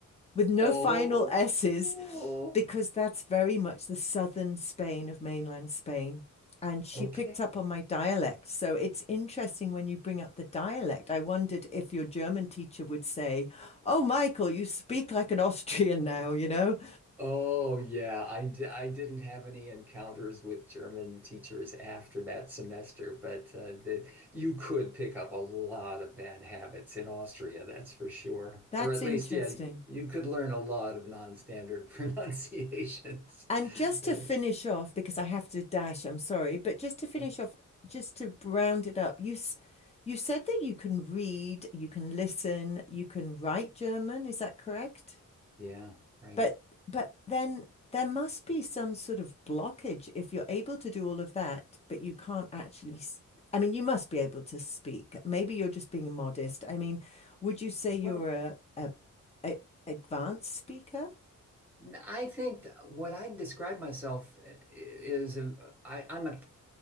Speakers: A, on the left (about 20°); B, in the centre.
A: with no
B: Oh.
A: final S's,
B: Oh.
A: because that's very much the southern Spain of mainland Spain. And she
B: Okay.
A: picked up on my dialect. So it's interesting when you bring up the dialect. I wondered if your German teacher would say, Oh, Michael, you speak like an Austrian now, you know?
B: Oh yeah, I d I didn't have any encounters with German teachers after that semester, but uh, that you could pick up a lot of bad habits in Austria, that's for sure.
A: That's
B: Or at
A: interesting.
B: least, yeah, y- you could learn a lot of non-standard <laughs> pronunciations.
A: And just
B: That's
A: to finish off, because I have to dash, I'm sorry, but just to finish
B: sure.
A: off, just to round it up, you you said that you can read, you can listen, you can write German. Is that correct?
B: Yeah, right.
A: But but then there must be some sort of blockage if you're able to do all of that, but you can't actually. s- I mean, you must be able to speak. Maybe you're just being modest. I mean, would you say you're
B: Well,
A: a, a, a advanced speaker?
B: n- I think th- what I describe myself uh, is a, I, I'm a